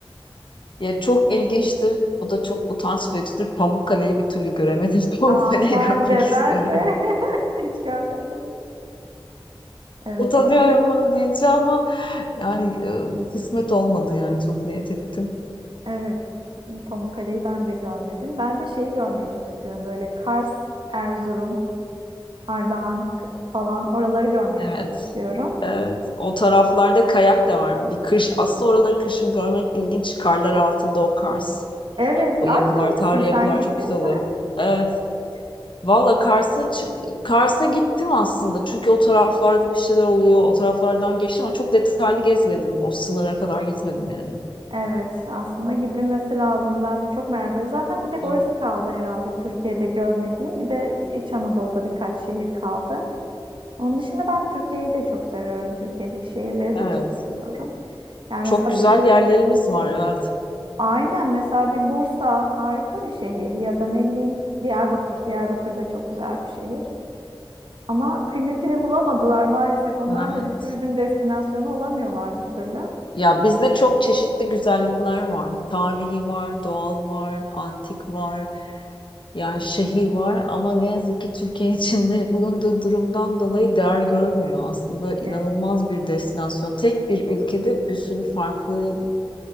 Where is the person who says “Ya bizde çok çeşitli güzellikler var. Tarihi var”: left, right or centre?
Left